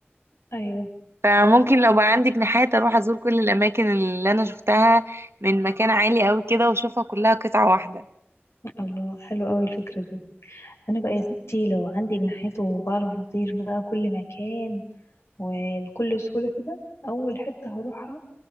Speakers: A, on the left; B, on the right.
A: ايوه
B: فممكن لو بقى عندك نحات اروح ازور كل الاماكن اللي انا شفتها من مكان عالي قوي كده واشوفها كلها قطعة واحدة
A: الله حلو اوي الفكرة دي انا بقى يا ستي لو عندي جناحات وبعرف اطير بقى كل مكان وبكل سهولة كده اول حتة هروحها